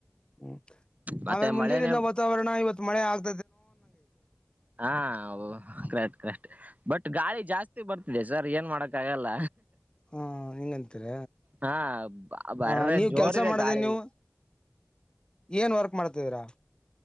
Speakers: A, on the left; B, on the right.
A: ಹ್ಮ್
B: ಮತ್ತೆ
A: ಆಮೇಲೆ ಮುಂಜೆ
B: ಮಳೆನೇ
A: ದಿಂದ ವಾತಾವರಣ ಇವತ್ ಮಳೆ ಆಗ್.
B: ಹಾ ಕರೆಕ್ಟ್ ಕರೆಕ್ಟ್ ಬಟ್. ಗಾಳಿ ಜಾಸ್ತಿ ಬರ್ತಿದೆ ಸರ್ ಏನ್ ಮಾಡಕ್ಕ ಆಗಲ್ಲ.
A: ಹ್ಮ. ಹ ಹಿಂಗಂತೀರ
B: ಹಾ ಬರ್ರ
A: ಆ ನೀವ್
B: ಜೋರಿದೆ
A: ಕೆಲ್ಸ ಮಾಡದ
B: ಗಾಳಿ
A: ಏನ ನೀವು. ಏನ್ ವರ್ಕ್ ಮಾಡ್ತಿದೀರಾ.